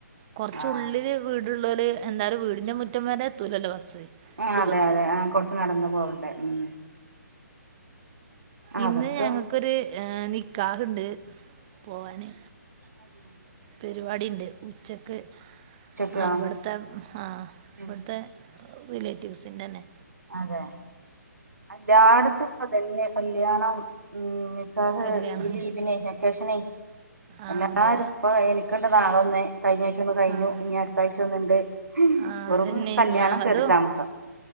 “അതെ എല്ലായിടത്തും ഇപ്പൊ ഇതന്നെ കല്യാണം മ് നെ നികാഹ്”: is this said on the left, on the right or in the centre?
Right